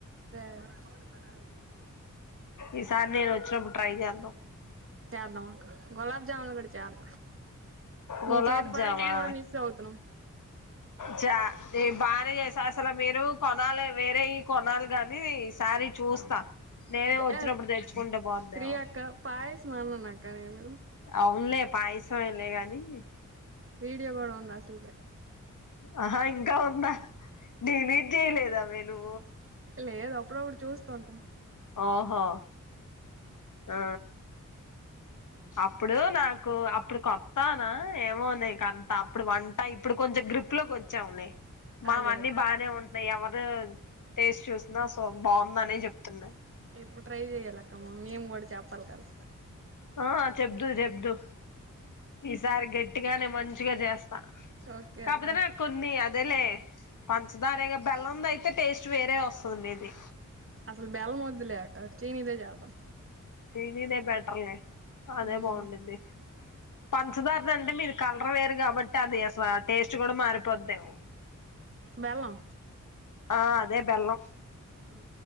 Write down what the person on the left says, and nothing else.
ఈసారి నేను వచ్చినప్పుడు ట్రై జెద్దాం
గులాబ్
జామా
జ ది బానె జెసేస్ అసల మీరు కొనాలే వేరే ఈ కొనాల్ గాని ఈ సారీ చూస్తా నేనే వచ్చినప్పుడు
తెచ్కుంటే పోందేమో
అవున్లే పాయసం ఎం లే గని
ఆహా ఇంకా ఉందా డిలీట్ చేయలేదా వీల్లు
ఓహో ఆ అప్ ఇప్పుడు నాకు అప్పుడు కొత్తాన ఏమో నీకు అంత అప్పుడు వంట ఇప్పుడు కొంచెం గ్రిప్ లో కొ చ్చం లే మానం
అన్నీ
బానే ఉన్ ఎవరు టేస్ట్ చూసినా సో బాముందనే చెప్తున్నా
ఆ చెబ్దు చెబ్దు ఈసారి గట్టిగానేే మంచిగా జేస్తా
కాపోతే
నే కొన్ని అదేలే పంచదారేగా బెల్లందైతే టేస్ట్ వేరే వస్తది మీది
చినిదే బెటర్లే అదే
బాగుండిద్ధి పంచదార్దాండి అంటే మీది కలర్ వేరు కాబట్టి అది అసలు టేస్ట్ కూడా మారిపోద్దేమో
ఆ అదే బెల్లం